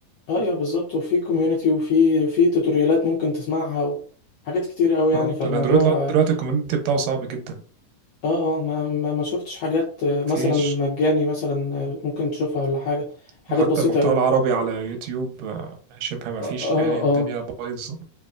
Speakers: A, on the left; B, on the right.
A: ايوه بالظبط وفي كوميونتي وفي في توتوريالات ممكن تسمعها وحاجات كتير قوي يعني
B: تمام؟
A: فالموضوع
B: الاندرويد
A: اه
B: لغاية دلوقتي الكوميونتي بتاعه صعب جدا
A: اه ما ما ما شفتش حاجات آه، مثلا
B: مفيش
A: مجاني مثلا آه، ممكن تشوفها ولا حاجة حاجات
B: وحتى
A: بسيطة
B: المحتوى
A: قوي
B: العربي على يوتيوب آه، شبه مفيش
A: اه اه
B: يعني الدنيا
A: آه،
B: بايظة